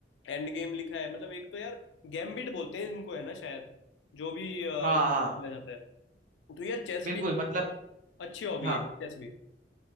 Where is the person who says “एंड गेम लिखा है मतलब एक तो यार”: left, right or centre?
Left